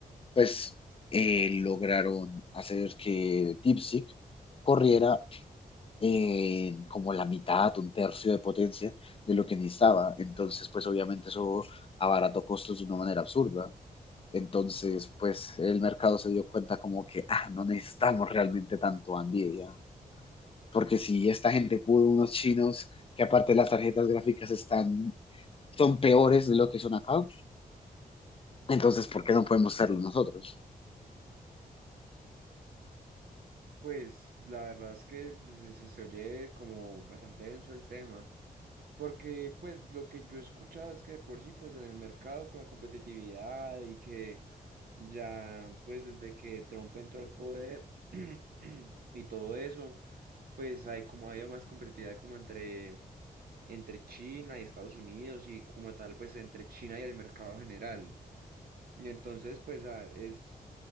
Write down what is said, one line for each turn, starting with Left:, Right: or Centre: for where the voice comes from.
Left: pues eh, lograron hacer que DeepSeek corriera en como la mitad, un tercio de potencia de lo que necesitaba. Entonces, pues obviamente eso abarató costos de una manera absurda. Entonces, pues el mercado se dio cuenta como que, ah, no necesitamos realmente tanto a Nvidia, porque si esta gente pudo, unos chinos que aparte las tarjetas gráficas están, son peores de lo que son acá, entonces, ¿por qué no podemos serlo nosotros?
Right: Pues la verdad es que pues, se, se se oye como bastante denso el tema, porque pues lo que yo he escuchado es que de por sí pues en el mercado con la competitividad y que ya pues desde que Trump entró al poder <clears throat> y todo eso, pues hay como ha habido más competitividad como entre, entre China y Estados Unidos y como tal pues entre China y el mercado general. Y entonces pues ah, es...